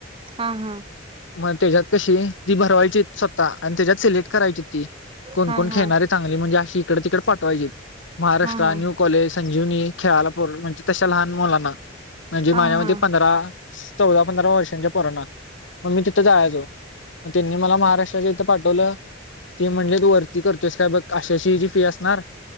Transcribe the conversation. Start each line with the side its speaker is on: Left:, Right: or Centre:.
Right: हा हा
Left: मग त्याच्यात कशी ती भरवायची स्वतः आणि त्याच्यात सिलेक्ट करायची ती कोण
Right: हा
Left: कोण
Right: हा
Left: खेळणारे चांगली म्हणजे अशी इकडे तिकडे पाठवायची. महाराष्ट्र
Right: हा हा
Left: न्यू कॉलेज संजीवनी खेळालापूर म्हणजे तशा लहान मुलांना म्हणजे
Right: हा
Left: माझ्यामध्ये
Right: हा
Left: पंधरा चौदा पंधरा वर्षांच्या पोरांना मग मी तिथं जायचो. म त्यांनी मला महाराष्ट्राच्या इथं पाठवलं. ते म्हणले तू वरती करतोस काय बघ आशाशी ह जी फी असणार.